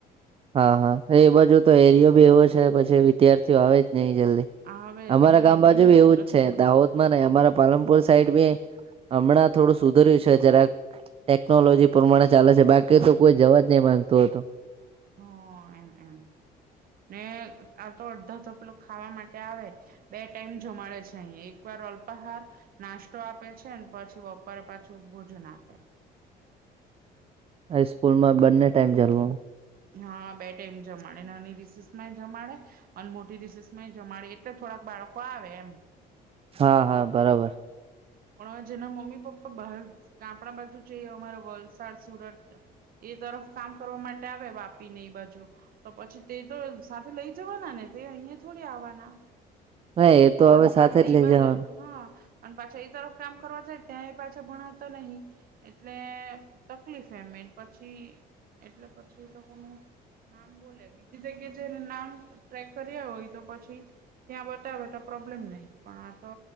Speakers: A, on the right; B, on the right.
A: હા હા એ બાજુ તો એરિયો બી એવો છે પછી વિદ્યાર્થીઓ આવે જ નઈ જલ્દી
B: આ હવે
A: અમારા
B: નહી
A: કામ બાજુ
B: નહી
A: બી
B: આવું
A: એવું જ
B: નથી
A: છે
B: પણ
A: દાહોદ. નહી અમારા પાલનપુર સાઈડ બી હમણાં થોડું સુધર્યું છે જરાક ટેકનોલોજી પ્રમાણે ચાલે છે બાકી તો કોઈ જવા જ નહી માંગતો હતો
B: હ એમ એમ ને આ તો અડધો ધપલો ખાવા માટે આવે બે ટાઈમ જમાડે છે અહીં એકવાર અલ્પહાર નાસ્તો આપે છે ને પછી બપોરે પાછું ભોજન આપે
A: સ્કૂલ માં બંને ટાઈમ જાલવા
B: હા બે ટાઈમ જમાણે નાની રિસીસ માં જમાણે પણ મોટી રિસેસમાંય જમારે એ તો થોડાક બાળકો આવે એમ
A: હા હા બરોબર
B: પણ જેના મમ્મી પપ્પા બહાર કાપણા બાજુ છે અમારા વલસાડ સુરત એ તરફ કામ કરવા માટે આવે વાપીને એ બાજુ તો પછી તે તો સાથે લઈ જવાના ને તે અહીયા થોડી આવવાના?
A: હા એ તો
B: અને
A: હવે સાથે
B: પાછા
A: જ
B: ઈ
A: લઇ
B: બજ
A: જવાનું.
B: હા અને પાછા ઇ તરફ કામ કરવા જાય ત્યાં એ પાછા ભણાવતા નહીં એટલે તકલીફ એમ એટ પછી એટલે પછી એ લોકોનું નામ બોલે બીજી જગ્યા છેને નામ ટ્રેક કર્યા હોય તો પછી ત્યાં બતાવે તો પ્રોબ્લેમ નહીં પણ આ તો